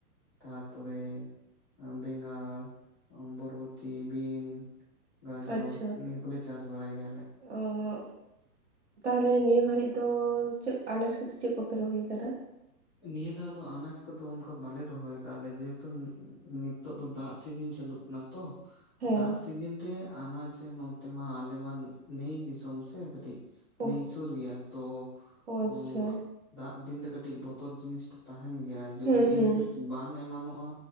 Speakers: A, on the left (about 20°); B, on the right (about 45°).
A: ᱛᱟᱨᱯᱚᱨᱮ ᱵᱮᱸᱜᱟᱲ, ᱵᱚᱨᱵᱚᱴᱤ, ᱵᱤᱱ, ᱜᱟᱡᱚᱨ
B: ᱟᱪᱪᱷᱟ
A: ᱱᱤᱭᱟᱹ ᱠᱚᱞᱮ ᱵᱟᱭ ᱜᱮᱭᱟᱞᱮ᱾
B: ᱚ ᱸ ᱛᱟᱦᱚᱞᱮ ᱱᱤᱭᱟᱹ ᱜᱷᱟᱹᱲᱤᱜ ᱫᱚ ᱪᱮᱫ ᱟᱱᱟᱡ ᱠᱟᱛᱮ ᱪᱮᱫ ᱠᱚᱯᱮ ᱨᱚᱦᱚᱭ ᱟᱠᱟᱫᱟ?
A: ᱱᱤᱭᱟᱹ ᱫᱷᱟᱣ ᱫᱚ ᱟᱱᱟᱡᱽ ᱠᱚᱫᱚ ᱚᱱᱠᱟ ᱵᱟᱞᱮ ᱨᱚᱦᱚᱭ ᱠᱟᱜᱼᱟ ᱞᱮ ᱾ ᱡᱮᱦᱮᱛᱩ ᱱᱤᱛᱚᱜ ᱫᱚ ᱫᱟᱜ ᱥᱤᱡᱤᱱ ᱪᱟᱹᱞᱩᱜ ᱠᱟᱱᱟ ᱛᱚ
B: ᱦᱮᱸ
A: ᱫᱟᱜ ᱥᱤᱡᱤᱱ ᱨᱮ ᱼᱼ ᱟᱱᱟᱡ ᱱᱚᱛᱮ ᱢᱟ ᱟᱞᱮ ᱢᱟ ᱱᱟᱹᱭ ᱫᱤᱥᱚᱢ ᱥᱮ ᱠᱟᱹᱴᱤᱡ
B: ᱚ
A: ᱱᱟᱹᱭ ᱥᱩᱨ ᱜᱮᱭᱟ ᱛᱚ ᱼᱼ
B: ᱚ ᱟᱪᱪᱷᱟ
A: ᱫᱟᱜ ᱫᱤᱱ ᱨᱮ ᱠᱟᱹᱴᱤᱡ ᱵᱚᱛᱚᱨ ᱡᱤᱱᱤᱥ ᱴᱟᱜ ᱛᱟᱦᱮᱱ ᱜᱮᱭᱟ, ᱡᱩᱫᱤ
B: ᱦᱩᱸ ᱦᱩᱸ
A: ᱤᱱᱠᱮᱥ ᱵᱟᱱ ᱮᱢᱟᱱᱚᱜᱼᱟ